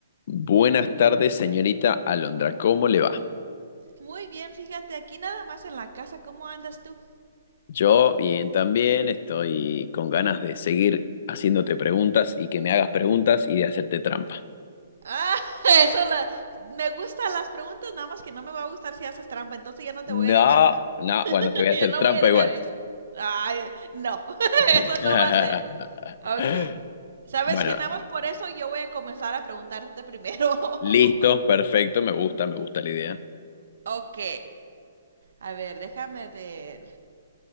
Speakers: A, on the left; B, on the right.
A: Buenas tardes, señorita Alondra. ¿Cómo le va?
B: Muy bien, fíjate, aquí nada más en la casa, ¿cómo andas tú?
A: Yo bien también, estoy con ganas de seguir haciéndote preguntas y que me hagas preguntas y de hacerte trampa.
B: Ah, <laughs> eso la- me gustan las preguntas, nada más que no me va a gustar si haces trampa, entonces ya no te voy
A: No,
B: a dejar. <laughs>
A: no, bueno, te voy a
B: Ya
A: hacer
B: no
A: trampa
B: voy a dejar
A: igual.
B: eso. Ay, no, <laughs>
A: <laughs>
B: eso no va a ser. Ok. Sabes
A: Bueno,
B: que nada más por eso yo voy a comenzar a preguntarte primero. <laughs>
A: listo, perfecto, me gusta, me gusta la idea.
B: Ok. A ver, déjame ver.